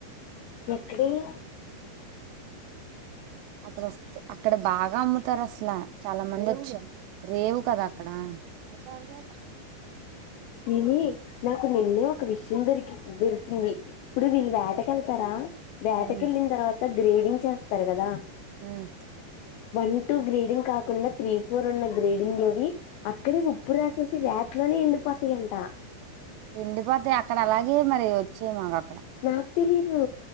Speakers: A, on the left (about 75°); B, on the right (about 85°).
A: ఎక్కడే
B: అతడ వస్తే అక్కడ బాగా అమ్ముతారు అసలు చాలా మంది వచ్చ రేవు కదా అక్కడ అతగా
A: ఏమే నాకు నిన్నే ఒక విషయం దొరికి తెలిసింది ఇప్పుడు వీళ్ళు వేటకెళ్తారా వేటకెళ్ళిన
B: మ్మ్
A: తర్వాత గ్రేడింగ్ చేస్తారు కదా
B: హమ్
A: వన్ టూ గ్రేడింగ్ కాకుండా త్రీ ఫోర్ ఉన్న గ్రేడింగ్ లోవి అక్కడే ఉప్పు రాసేసి వేటిలోనే ఎండిపోతాయంట
B: తండిపోతే అక్కడ అలాగే మరి వచ్చే మాకు అక్కడ
A: నాక్ తెలిదు